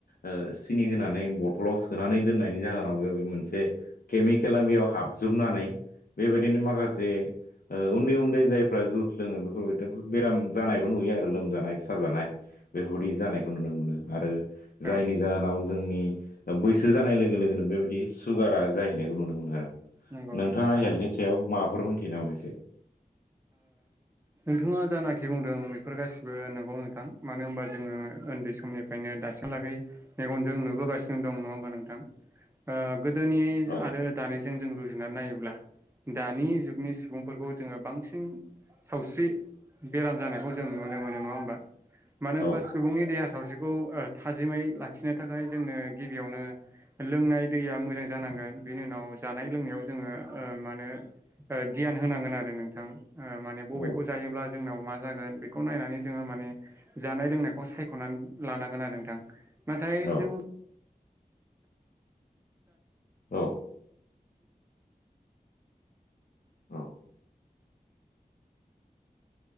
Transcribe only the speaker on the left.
ओ सिनि होनानै बथलाव सोनानै दोननायनि जाहोनाव बे मोनसे केमिकेला बेयाव हाबजोब जोबनानै बेबायदिनो माखासे ओ उन्दै उन्दै जायफ्रा जुस लोङो बेफोरबाय बेफोर बेराम जानायबो नुयो आरो लोमजानाय साजानाय बेफोरबायाददि जानायखौ नुनो मोनो। आरो
जायनि जाहोनाव जोंनि ओ बैसो जानाय लोगो लोगोनो। बेबायदि सुगारा जाहैनायखौ नुनो मोनो आरो।
नोंथाङा
हेल्थनि सायाव माबाफोर मोनथियो नामा? एसे
औ
औ
औ
औ
औ औ